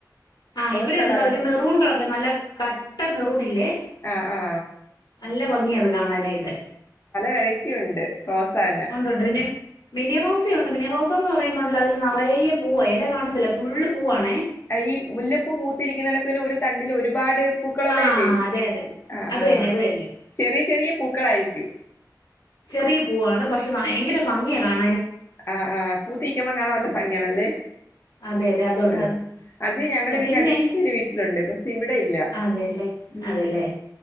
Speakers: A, on the left; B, on the left.
A: ആഹ്
B: റോസ്
A: ഇവിടെ ഉണ്ടട്ടോ
B: കളറ്
A: ഒരു മെറൂൺ കളറില്ലേ നല്ല കട്ട മെറൂൺ ഇല്ലേ
B: ആ ആ
A: നല്ല ഭംഗിയത് കാണാനായിട്ട്
B: വെറൈറ്റി ഉണ്ട് റോസാ തന്നെ
A: ഉണ്ട്ണ്ട് പിന്നെ മിനിറോസയുണ്ട് മിനിറോസ എന്ന് പറയുമ്പോണ്ടല്ലോ അതില് നിറയ പൂവ ഇല കാണത്തില്ല ഫുള് പൂവവാാണ്
B: ഈ മുല്ലപ്പൂ പൂത്തിരിക്കുന്നടക്കന്നെ ഒരു തണ്ടില് ഒരുപാട് പൂക്കളള്ളല്ലേ
A: ആഹ് അതെ അതെ
B: ആ
A: അത്
B: ആഹ
A: തന്നെ അത് തന്നെ
B: ചെറിയ ചെറിയ പൂക്കളായിരിക്കും
A: ചെറിയ പൂവാണ് പക്ഷെ ഭയങ്കര ഭംഗിയെ കാണ
B: ആഹ് ആഹ പൂ തീക്ക്പോ കാണാൻ നല്ല
A: ഉം
B: ഭംഗിയണല്ലേ
A: അതെ അതെ അതുണ്ട്
B: ആഹ അത് ഞങ്ങളുടെ വീടിൻ
A: പിന്നെ
B: അടുത്തൊരു വീട്ടിലുണ്ട് പക്ഷെ ഇവിടെ ഇല്ല
A: അതെല്ലേ
B: ഉം
A: അതെല്ലേ